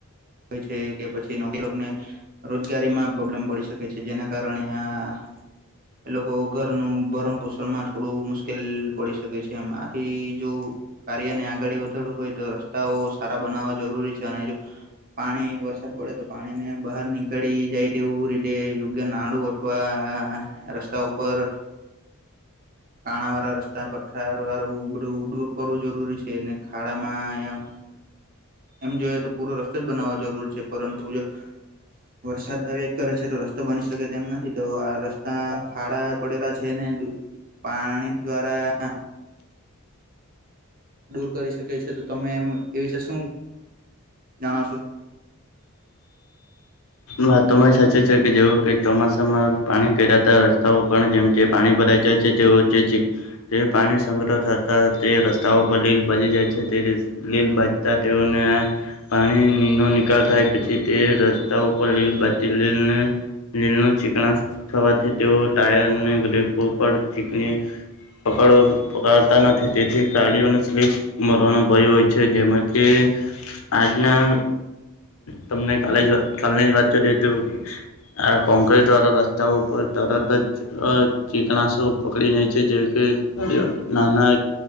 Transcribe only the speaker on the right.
હોય છે કે પછી <inaudible> રોજગારીમાં પ્રોબ્લેમ પડી શકે છે. જેના કારણે આ એ લોકો ઘરનું ભરણ પોષણમાં થોડું મુશ્કેલ પડી શકે છે એમ આથી જો કાર્યને આગળ વધારવું હોય તો રસ્તાઓ સારા બનાવવા જરૂરી છે અને જો પાણી વરસાદ પડે તો પાણીને બહાર નીકળી જાય તેવું રીતે યોગ્ય નાળુ અથવા રસ્તા ઉપર કાણા વાળા રસ્તા પત્થર વાળું બધુ દૂર કરવું જરૂરી છે. ખાડામાં એમ જોઈએ તો પૂરો રસ્તો જ બનાવવો જરૂરી છે. પરંતુ જો વરસાદ આવ્યાજ કરે છે તો રસ્તો બની શકે તેમ નથી તો આ રસ્તા ખાડા પડેલા છે ને પાણી દ્વારા દૂર કરી શકે છે તો તમે એમ એ વિશે શું જણાવશો?